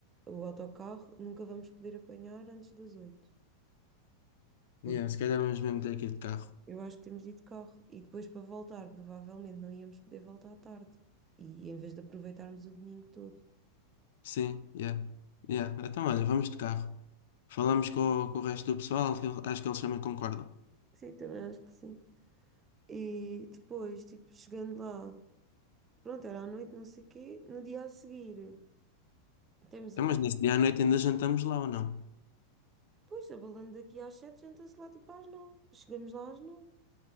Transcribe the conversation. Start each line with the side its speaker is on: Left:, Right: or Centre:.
Right: O autocarro nunca vamos poder apanhar antes das oito, porque
Left: Yeah, se calhar vamos mesmo ter que ir de carro.
Right: eu acho que temos de ir de carro. E depois para voltar, provavelmente não íamos poder voltar à tarde. E em vez de aproveitarmos o domingo todo.
Left: Sim, yeah. Yeah. Então olha, vamos de carro. Falamos com, o com o resto do pessoal, que eu- acho que eles também concordam.
Right: Sim, também acho que sim. E depois, tipo, chegando lá, pronto, era à noite, não sei o quê, no dia a seguir. Temos
Left: Então, mas nesse dia à noite ainda jantamos lá ou não?
Right: Pois, abalando daqui às sete, janta-se lá tipo às nove. Chegamos lá às nove.